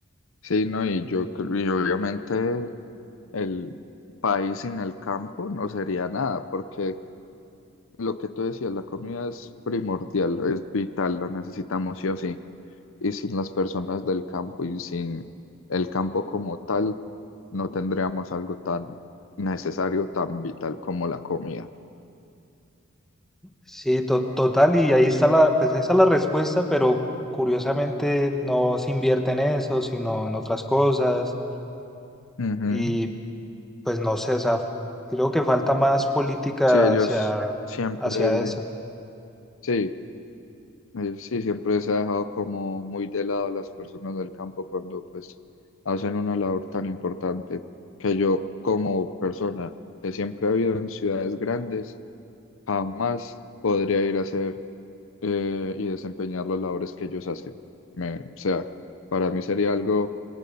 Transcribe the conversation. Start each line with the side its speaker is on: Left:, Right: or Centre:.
Left: Sí, no, y yo creo, y obviamente el país sin el campo no sería nada, porque Lo que tú decías, la comida es primordial, es vital, la necesitamos sí o sí. Y sin las personas del campo y sin el campo como tal, no tendríamos algo tan necesario, tan vital como la comida.
Centre: Sí, to- total, y ahí está la, pues esa es la respuesta, pero curiosamente no se invierte en eso, sino en otras cosas.
Left: Ujú.
Centre: Y pues no sé, o sea, creo que falta más política
Left: Sí, ellos
Centre: hacia,
Left: siempre,
Centre: hacia eso.
Left: sí, eh, sí, siempre se ha dejado como muy de lado a las personas del campo cuando pues hacen una labor tan importante que yo como persona que siempre ha vivido en ciudades grandes jamás podría ir a hacer eh, y desempeñar las labores que ellos hacen. Me- o sea, para mí sería algo